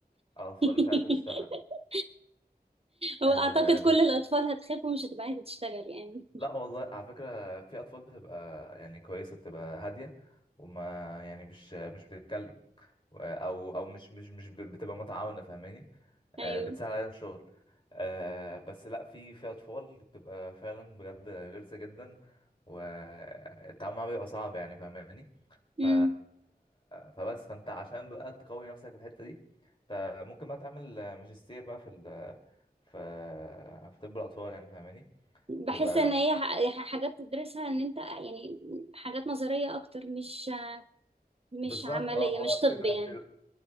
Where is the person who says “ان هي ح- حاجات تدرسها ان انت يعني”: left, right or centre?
Right